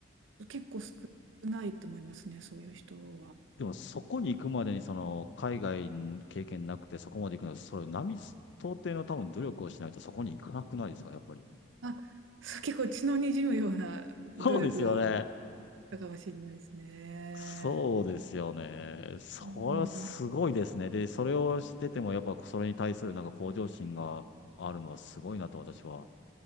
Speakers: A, on the right; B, on the left.
A: 結構少ないと思いますね、そういう人は。
B: でもそこに行くまでに、その、海外経験なくてそこまで行くのは、それ、並、到底の多分努力をしないとそこに行かなくないですか、やっぱり。
A: あ、そう結構血の滲むような努力が
B: そうですよね。
A: たかもしれないですね。
B: そうですよね。それはすごいですね。
A: うん。
B: で、それをしてても、やっぱそれに対するなんか向上心があるのはすごいなと私は